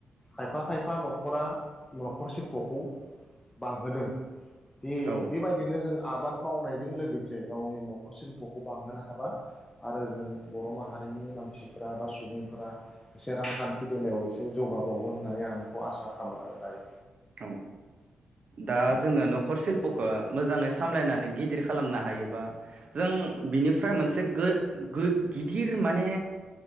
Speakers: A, on the left (about 20°); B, on the right (about 55°).
A: खायफा खाय फा न'खरा न'खर सिल्पखौ बांहोदों दे
B: औ
A: बेबायदिनो जोङो आबाद मावनायजों लोगोसे गावनि न'खर सिल्प'खौ बांहोनो हाबा आरो जों बर' माहारिनि मानसिफोरा सुबुंफोरा एसे रांखान्थि बेलायाव एसे जौगाबावगोन होननानै आं बेखौ आसा खालामो आरो दायो
B: औ दा
A: औ
B: जोङो न'खर सिल पखौ मोजाङै सामलायनानै गिदिर खालामनो हायोबा जों बिनिफ्राय मोनसे गो-गो गिदिर माने